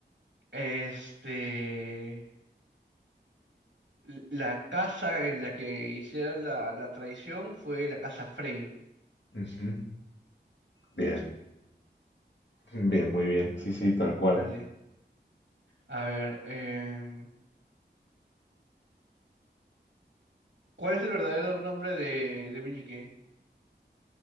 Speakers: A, on the right; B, on the left.
A: este, l- la casa en la que hicieron la, la traición fue la casa Frey.
B: Ujú, Bien,
A: Sí,
B: bien, muy bien, sí, sí, tal cual.
A: dale. A ver, em, ¿cuál es el verdadero nombre de, de Meñique?